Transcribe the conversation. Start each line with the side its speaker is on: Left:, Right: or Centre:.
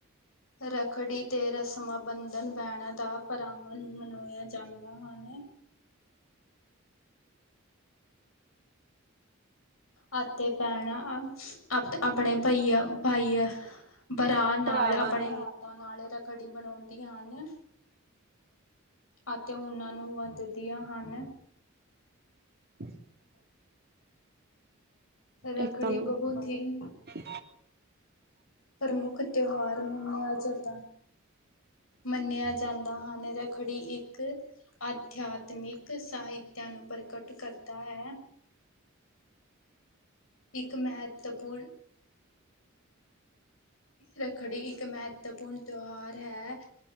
Left: ਰੱਖੜੀ ਤੇ ਰਸਮਾਂ ਬੰਧਨ ਬੈਣਾਂ ਦਾ ਭਰਾਵਾਂ ਨੂੰ ਮਨਾਇਆ ਜਾਂਦਾ ਹਨ ਹ ਅਤੇ ਭੈਣਾਂ ਅ ਆਪਣੇ ਭਾਈ ਭਾਈ ਬਰਾ ਨਾਲ
Right: ਭਰਾਵਾਂ
Left: ਆਪਣੇ
Right: ਨੂੰ
Left: ਹੱਥਾਂ ਨਾਲ ਰੱਖੜੀ ਬਣਾਉਂਦੀਆਂ ਹਨ ਅਤੇ ਉਹਨਾਂ ਨੂੰ ਵੱਧ ਦੀਆਂ ਹਨ
Right: <inaudible>
Left: ਰੱਖੜੀ
Right: ਇੱਕਤ ਨਾ
Left: ਬਹੁਤ ਹੀ ਪ੍ਰਮੁੱਖ ਤਿਉਹਾਰ ਮੰਨਿਆ ਜਾਂਦਾ ਮੰਨਿਆ ਜਾਂਦਾ ਹਨ ਰੱਖੜੀ ਇੱਕ ਅਧਿਆਤਮਿਕ ਸਾਹਿਤਿਆ ਨੂੰ ਪ੍ਰਗਟ ਕਰਦਾ ਹੈ ਇੱਕ ਮਹੱਤਵਪੂਰਨ ਰੱਖੜੀ ਇੱਕ ਮਹੱਤਵਪੂਰਨ ਤਿਉਹਾਰ ਹੈ